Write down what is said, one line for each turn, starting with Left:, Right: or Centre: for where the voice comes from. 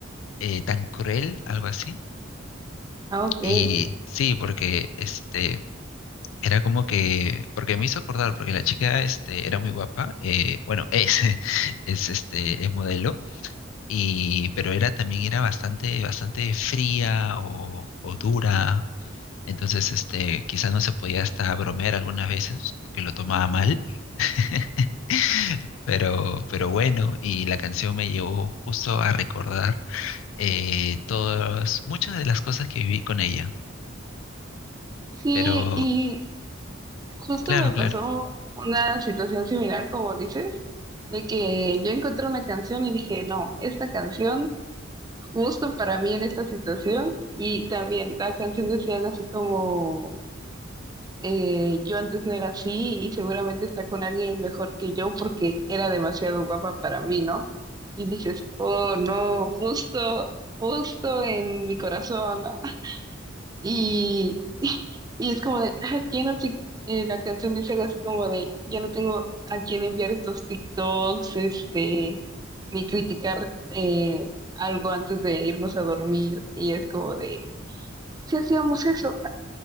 Left: eh, tan cruel? Algo así.
Right: ah, ok.
Left: Y sí, porque este, era como que, porque me hizo acordar, porque la chica este, era muy guapa, eh, bueno, es, <laughs> es, este, es modelo, y, pero era también era bastante, bastante fría o, o dura. Entonces, este, quizás no se podía hasta bromear algunas veces, porque lo tomaba mal <laughs> Pero, pero bueno, y la canción me llevó justo a recordar eh, todas, muchas de las cosas que viví con ella.
Right: Sí,
Left: Pero
Right: y justo
Left: claro,
Right: me
Left: claro.
Right: pasó una situación similar, como dices, de que yo encontré una canción y dije, no, esta canción justo para mí en esta situación. Y también la canción decía algo así como eh, yo antes no era así y seguramente está con alguien mejor que yo porque era demasiado guapa para mí, ¿no? Y dices, oh, no, justo, justo en mi corazón, ¿no? <laughs> Y, y es como de, "Ah, ya no te, eh, la canción dice algo así como de, ya no tengo a quién enviar estos TikToks, este, ni criticar eh, algo antes de irnos a dormir. Y es como de, si hacíamos eso.